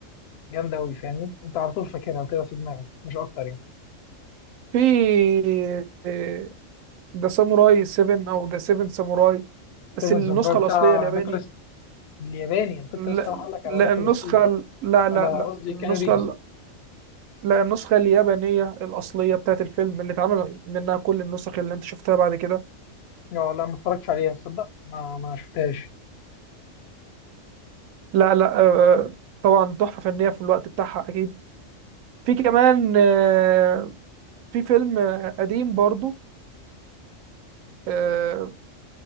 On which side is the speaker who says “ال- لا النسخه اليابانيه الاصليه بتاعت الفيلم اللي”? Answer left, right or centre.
Right